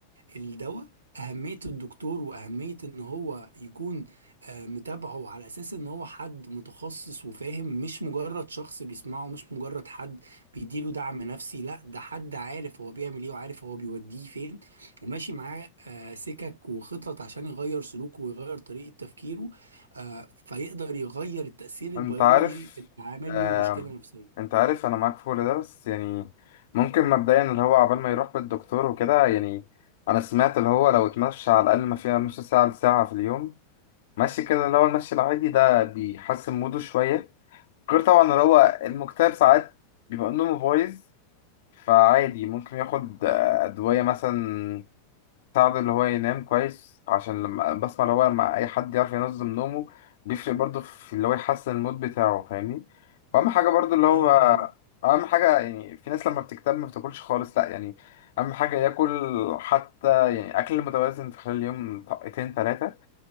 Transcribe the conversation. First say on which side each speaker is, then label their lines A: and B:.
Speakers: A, on the right; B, on the left.
A: الدواء أهمية الدكتور وأهمية إن هو يكون آه، متابعه على أساس إن هو حد متخصص وفاهم مش مجرد شخص بيسمعه مش مجرد حد بيديله دعم نفسي لا ده حد عارف هو بيعمل إيه وعارف هو بيوديه فين وماشي معاه آه، سكك وخطط عشان يغير سلوكه ويغير طريقة تفكيره آه، فيقدر يغير التأثير البيولوجي
B: انت عارف
A: اللي عامل
B: آم،
A: له مشكلة نفسية.
B: انت عارف انا معاك في كل ده بس يعني ممكن مبدئيا اللي هو عبال ما يروح للدكتور وكده يعني انا سمعت اللي هو لو اتمشى على الاقل ما فيها نص ساعه لساعه في اليوم ماشي كده اللي هو المشي العادي ده بيحسن موده شويه غير طبعا اللي هو المكتئب ساعات بيبقى نومه بايظ فعادي ممكن ياخد آه، ادويه مثلا ساعده اللي هو ينام كويس عشان لما بسمع اللي هو لما أي حد يعرف ينظم نومه بيفرق برضه في اللي هو يحسن المود بتاعه فاهمني وأهم حاجة برضه اللي هو
A: أيوة فاهمك
B: أهم حاجة يعني في ناس لما بتكتب ما بتاكلش خالص لأ يعني أهم حاجة ياكل حتى يعني أكل متوازن في خلال اليوم طاقتين تلاتة